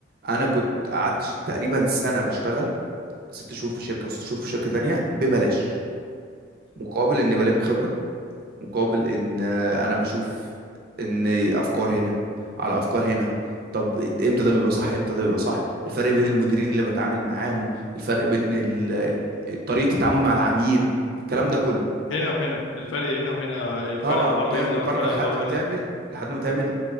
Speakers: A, on the right; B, on the left.
A: انا كنت قعدت ش- تقريبا سنه بشتغل ست شهور في شركه وست شهور في شركه تانية ببلاش مقابل اني بلم خبره مقابل ان آه، انا بشوف ان افكار هنا على افكار هنا طب امتى ده بيبقى صح امتى ده بيبقى صح الفرق بين المديرين اللي بتعامل معاهم الفرق بين ال- طريقه التعامل مع العميل الكلام ده كله
B: هنا وهنا الفرق هنا وهنا الفرق
A: طبعا
B: اخباره
A: تعمل
B: ايه هنا
A: مقارنه
B: والفرق
A: لحد
B: اخباره
A: ما تعمل
B: هنا
A: لحد ما تعمل